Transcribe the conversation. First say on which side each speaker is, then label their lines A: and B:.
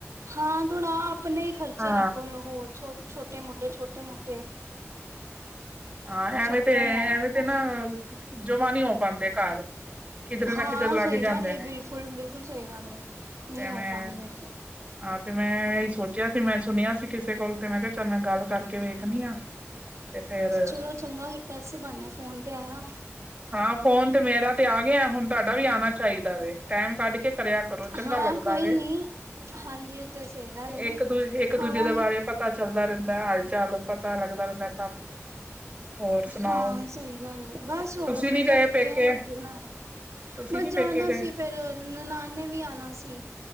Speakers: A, on the right; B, on the right.
A: ਹਾਂ ਥੋੜਾ ਆਪਣੇ ਹੀ ਖਰਚੇ
B: ਹਾਂ
A: ਨਿਕੋਲ ਛੋਟੇ ਮੋਟੇ ਛੋਟੇ ਮੋਟੇ
B: ਹਾਂ ਐਵੇਂ
A: ਆਪਣਾ
B: ਤੇ
A: ਹੀ ਆ
B: ਐਵੇਂ
A: ਜਾਂਦਾ
B: ਤੇ ਨਾ ਜਮਾ ਨੀ ਹੋ ਪਾਉਂਦੇ ਘਰ ਕਿਧਰੇ ਨਾ
A: ਹਾਂ
B: ਕਿਧਰੇ ਲੱਗ
A: ਸਹੀ
B: ਜਾਂਦੇ
A: ਗੱਲ ਹੈ
B: ਨੇ
A: ਬਿਲਕੁਲ ਬਿਲਕੁਲ ਸਹੀ ਗੱਲ ਹੈ
B: ਤੇ
A: ਨਹੀਂ ਹੋ
B: ਮੈਂ
A: ਪਾਉਂਦੇ
B: ਹਾਂ ਤੇ ਮੈਂ ਇਹੀ ਸੋਚਿਆ ਸੀ ਮੈਂ ਸੁਣਿਆ ਸੀ ਕਿਸੇ ਕੋਲ ਤੇ ਮੈਂ ਕਿਹਾ ਚੱਲ ਮੈਂ ਗੱਲ ਕਰਕੇ ਦੇਖਣੀ ਆ ਤੇ ਫੇਰ
A: ਚਲੋ ਚੰਗਾ ਕੀਤਾ ਇਸੇ ਬਨੇ ਫੋਨ ਤੇ ਆਇਆ
B: ਹਾਂ ਫੋਨ ਤੇ ਮੇਰਾ ਤੇ ਆ ਗਿਆ ਹੁਣ ਤੁਹਾਡਾ ਵੀ ਆਉਣਾ ਚਾਹੀਦਾ ਵ ਟਾਈਮ ਕੱਢ ਕੇ ਕਰਿਆ ਕਰੋ ਚੰਗਾ
A: ਹਾਂ
B: ਲੱਗਦਾ
A: ਕੋਈ
B: ਵਏ
A: ਨੀ ਹਾਂਜੀ ਉਹ ਤੇ ਸਹੀ ਗੱਲ ਏ
B: ਇੱਕ ਦੂ ਇੱਕ ਦੂਜੇ
A: ਆਵਾਂ
B: ਦੇ ਬਾਰੇ ਪਤਾ ਚੱਲਦਾ ਰਹਿੰਦਾ ਹਾਲ ਚੱਲ ਪਤਾ ਲੱਗਦਾ ਰਹਿੰਦਾ ਸਾਨੂੰ ਹੋਰ ਸੁਣਾਓ।
A: ਹਾਂ ਸਹੀ ਗੱਲ ਏ ਬਸ ਹੋਰ
B: ਤੁਸੀਂ
A: ਵਧੀਆ
B: ਨੀ ਗਏ
A: ਲੱਗੇ
B: ਪੇਕੇ
A: ਆ ਰੋਟੀ ਬਣਾ ਰਿਹਾ
B: ਤੁਸੀਂ
A: ਬਸ
B: ਨੀ ਪੇਕੇ
A: ਜਾਣਾ
B: ਗਏ
A: ਸੀ ਫੇਰ ਨਨਾਣ ਨੇ ਵੀ ਆਣਾ ਸੀ